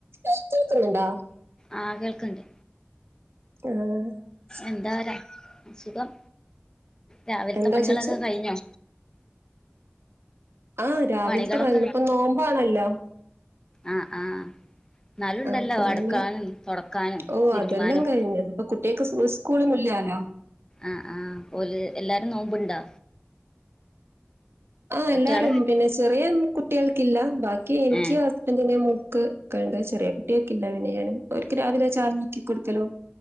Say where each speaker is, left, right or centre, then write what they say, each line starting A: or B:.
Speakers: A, on the right; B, on the left.
A: കേൾക്കുന്നുണ്ടോ
B: ആ കേൾക്കണ്ട്.
A: ഏഹ്.
B: എന്താ ര സുഖം. രാവിലത്തെ
A: എന്താ
B: പണികളൊക്കെ
A: ചേച്ചി
B: കഴിഞാ?
A: ആ രാവിലത്തെ
B: പണികളൊക്കെ
A: <unintelligible> ഇപ്പ നോമ്പാണല്ലോ.
B: ആഹ് ആ. ന്നാലും
A: ആഹ്
B: ണ്ടല്ലോ
A: അപ്പൊ
B: അടുക്കാനും,
A: പിന്നെ
B: തൊടക്കാനും,
A: ഓ
B: തിരുമ്പാനും
A: അതെല്ലാം
B: ഒക്കെ.
A: കഴിഞ്ഞു ഇപ്പൊ കുട്ടികൾക്ക് സ്കൂളൊന്നുംല്ലാലോ
B: ആഹ് ആ ഓല് എല്ലാവരും നോമ്പുണ്ടാ.
A: ഓ
B: കുട്ട്യാള്
A: എല്ലാരും. പിന്നെ ചെറിയ കുട്ടികൾക്കില്ല. ബാക്കി എനിക്ക്
B: ഏ
A: ഹസ് ന്റിന്, മോക്ക് കണ്ട ചെറിയ കുട്ടിയൊക്കെ ഇല്ല, പിന്നെ ഞാൻ അവർക്ക് രാവിലെ ചായാക്കി കൊടുക്കലോ.